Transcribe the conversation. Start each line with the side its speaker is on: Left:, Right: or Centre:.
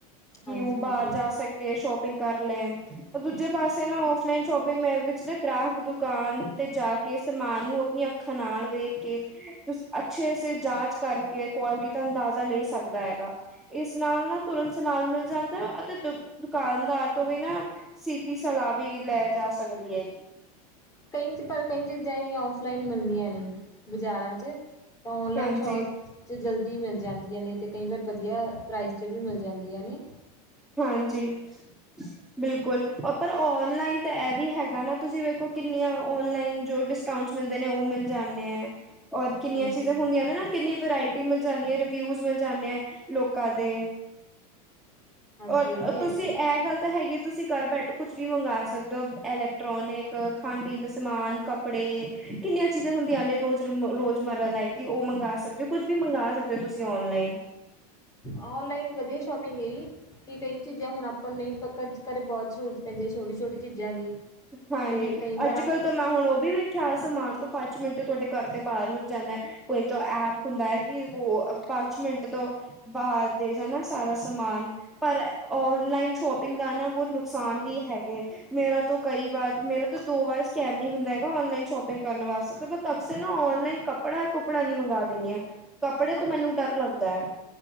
Centre: ਕਿ
Left: ਹਾਂਜੀ
Centre: ਔ ਬਾਰ
Left: ਇਹ ਵੀ
Centre: ਜਾ ਸਕਦੇ ਐ, ਸ਼ੋਪਿੰਗ ਕਰ ਲੈਣ। ਔ ਦੂਜੇ ਪਾਸੇ ਨਾ ਔਫਲਾਈਨ ਸ਼ੋਪਿੰਗ ਮੇ ਵਿੱਚ ਨਾ ਗ੍ਰਾਹਕ ਦੁਕਾਨ ਤੇ ਜਾ ਕੇ ਸਮਾਨ ਨੂੰ ਅਪਣੀ ਅੱ ਖਨਾਲ ਵੇਖ ਕੇ ਤੁਸੀਂ ਅੱਛੇ ਸੇ ਜਾਂਚ ਕਰਕੇ ਕੁਆਲਿਟੀ ਦਾ ਅੰਦਾਜ਼ਾ ਲੈ ਸਕਦਾ ਹੈਗਾ। ਇਸ ਨਾਲ ਨਾ ਤੁਰੰਤ ਸਮਾਨ ਮਿਲ ਜਾਂਦਾ ਅਤੇ ਦ ਦੁਕਾਨਦਾਰ ਤੋਂ ਵੀ ਨਾ ਸਿੱਧੀ ਸਲਾਹ ਵੀ ਲੈ ਜਾ ਸਕਦੀ ਹੈਗੀ।
Left: ਕਈ ਪਰ ਕਈ ਚੀਜ਼ਾਂ ਹੀ ਔਫਲਾਈਨ ਮਿਲਦੀਆਂ ਨੇ ਬਾਜ਼ਾਰਾਂ 'ਚ ਤਾਂ ਔਨਲਾਈਨ
Centre: ਹਾਂਜੀ
Left: ਸ਼ੋਪ 'ਚ ਜਲਦੀ ਮਿਲ ਜਾਂਦੀਆਂ ਨੇ ਅਤੇ ਕਈ ਵਾਰ ਵਧੀਆ ਪ੍ਰਾਈਜ਼ 'ਚ ਵੀ ਮਿਲ ਜਾਂਦੀਆਂ ਨੇ
Centre: ਹਾਂਜੀ ਬਿਲਕੁਲ, ਔ ਪਰ ਔਨਲਾਈਨ ਤਾਂ ਐਹ ਵੀ ਹੈਗਾ ਨਾ ਤੁਸੀਂ ਵੇਖੋ ਕਿੰਨੀਆਂ ਔਨਲਾਈਨ ਜੋ ਡਿਸ ਟਾਉੰਸ ਮਿਲਦੇ ਨੇ ਓਹ ਮਿਲ ਜਾਂਣੇ ਐ। ਔਰ ਕਿੰਨੀਆਂ
Left: ਹਾਂਜੀ।
Centre: ਚੀਜ਼ਾਂ ਹੁੰਦੀਆਂ ਨੇ ਨਾ ਕਿੰਨੀ ਵਰਾਇਟੀ ਮਿਲ ਜਾਂਦੀ ਹੈ ਰਿਵਿਊਜ ਮਿਲ ਜਾਂਦੇ ਆ ਲੋਕਾਂ ਦੇ
Left: ਹਾਂਜੀ
Centre: ਔਰ
Left: ਇਹ ਵੀ ਹੈਗਾ
Centre: ਤੁਸੀਂ
Left: ਏ
Centre: ਇਹ ਗੱਲ ਤਾਂ ਹੈਗੀ ਤੁਸੀਂ ਘਰ ਬੈਠੋ ਕੁਛ ਵੀ ਮੰਗਵਾ ਸਕਦੇ ਹੋ ਇਲੈਕਟ੍ਰੋਨਿਕ ਖਾਣ ਪੀਣ ਦੇ ਸਮਾਨ ਕੱਪੜੇ। ਕਿੰਨੀਆਂ ਚੀਜ਼ਾਂ ਹੁੰਦੀਆਂ ਨੇ ਰੋਜ਼ ਰੋਜ਼ਮਾਰਰਾ ਲਾਈਫ ਦੀ ਉਹ ਮੰਗਵਾ ਸਕਦੇ ਹੋ ਕੁੱਝ ਵੀ ਮੰਗਵਾ ਸਕਦੇ ਹੋ ਤੁਸੀਂ ਔਨਲਾਈਨ
Left: ਔਨਲਾਈਨ ਵਧੀਆ ਸ਼ੋਪਿੰਗ ਹੈ ਜੀ ਕਿ ਕਈ ਚੀਜ਼ਾਂ ਹੁਣ ਆਪਾਂ ਨਹੀਂ ਪੱਕਜ ਕਰ ਬੋਤ ਜ਼ਰੂਰਤ ਪੈਂਦੀ ਏ ਛੋਟੀ-ਛੋਟੀ ਚੀਜ਼ਾਂ ਦੀ।
Centre: ਹਾਂਜੀ,
Left: ਤੇ ਕਈ ਵਾਰ
Centre: ਅੱਜ-ਕੱਲ੍ਹ
Left: ਆਪ
Centre: ਤਾਂ ਮੈਂ ਹੁਣ ਓਹ ਵੀ ਵੇਖਿਆ ਸਮਾਨ ਤੋਂ ਪਾ ਚ ਮਿੰਟ ਤੁਐਡੇ ਘਰ ਤੇ ਬਾਰੋ ਜਾਂਦੈ। ਕੋਈ ਤਾਂ ਐਪ ਹੁੰਦਾ ਐ ਕਿ ਵੋ ਪਾਚ ਮਿੰਟ ਤੋਂ ਬਾਹਰ ਤੇ ਜਾਂ ਨਾ ਸਾਰਾ ਸਮਾਨ। ਪਰ ਔਨਲਾਈਨ ਸ਼ੋਪਿੰਗ ਦਾ ਨਾ ਬਹੁਤ ਨੁਕਸਾਨ ਵੀ ਹੈਗੇ ਮੇਰਾ ਤੋਂ ਕਈ ਵਾਰ ਮੇਰਾ ਤਾਂ ਦੋ ਵਾਰ ਸਕੈਮ ਵੀ ਹੁੰਦਾ ਹੈਗਾ ਔਨਲਾਈਨ ਸ਼ੋਪਿੰਗ ਕਰਨ ਵਾਸਤੇ ਤਾਂ ਮੈਂ ਤਬੇ ਨਾ ਔਨਲਾਈਨ ਕ ਕੱਪੜਾ ਕੁੱਪੜਾ ਨੀ ਮੰਗਵਾ ਦਿੰਦੀ ਹ ਕੱਪੜੇ
Left: ਕੱਪ
Centre: ਤੋਂ ਮੈਨੂੰ ਡਰ ਲੱਗਦਾ ਹੈ